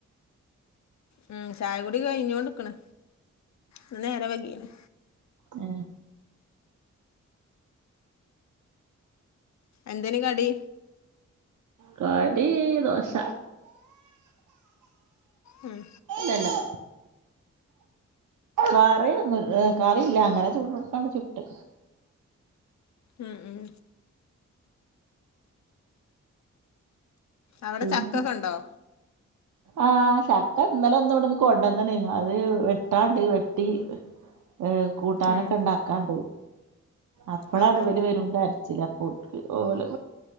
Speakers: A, on the left; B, on the right.
A: ഉം ചായകുടി കഴിഞ്ഞോണ്ടിക്കണ് ഇന്നുനേരം വൈകിയേണ്
B: ഏ
A: എന്തേനു കടി
B: കടി ദോശ
A: ഉം
B: ഇതെന്നാ കറിയൊന്നും കറിയില്ല അങ്ങനെ ചുട്ടോണ്ടു ചുട്ട്
A: ഉ ഉം അവിടെ
B: പിന്നെനാ
A: ചക്കൊക്കെ ഉണ്ടോ
B: ആ ശക്ക ഇന്നലെ ഒന്നു ഇവിടൊന്ന് കൊണ്ടാന്നാനി അത് വെട്ടാണ്ട് വെട്ടി ഏ കൂട്ടാനൊക്കെ
A: ഉം
B: ഒണ്ടാക്കാണ്ട് അപ്പളാണ്
A: ആ
B: ഇവല്
A: ആ
B: വരുമ്പേ ചിലപ്പോ ഓല്